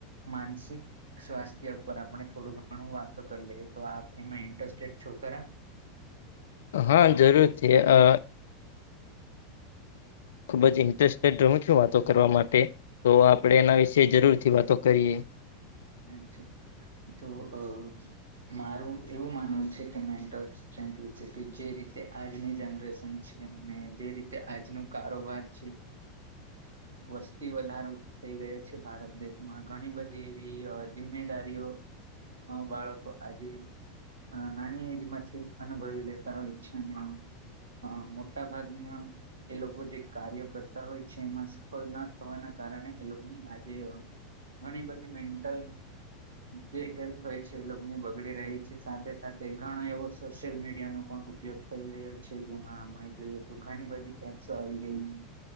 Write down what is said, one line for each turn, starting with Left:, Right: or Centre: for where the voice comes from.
Right: માનસિક સ્વાસ્થ્ય ઉપર આપણે થોડું પણ હું વાતો કરી લે તો આપ, એમાં ઇન્ટરેસ્ટેડ છોકરા
Left: હા જરૂર થી અ ખૂબ જ ઇન્ટરેસ્ટેડ રહું છું વાતો કરવા માટે તો આપણે એના વિશે જરૂરથી વાતો કરીએ.
Right: અચ્છા, તો અ મારું એવું માનવું છે કે, મેન્ટલ <unintelligible> જે રીતે આજની જનરેશન છે અને જે રીતે આજનું કારોબાર છે. અ વસ્તી વધારો થઈ ગયો છે, ભારત દેશમાં ઘણી બધી <unintelligible> જિમ્મેદારીઓ અ બાળકો આજે નાની એજ માંથી જ અનુભવી લેતા હોય છે ને. અ મોટા ભાગમાં એ લોકો જે કાર્યો કરતા હોય છે, એમાં સફળ ના થવાના કારણે એ લોકોની આજે ઘણી બધી મેન્ટલ જે હેલ્થ હોય છે એ <unintelligible> બગડી રહી છે સાથે સાથે ઘણો એવો સોશિયલ મીડિયાનો પણ ઉપયોગ થઈ રહ્યો છે, જેમાં આપણે જોઈએ, તો ઘણી બધી એપસો આવી ગઈ છે.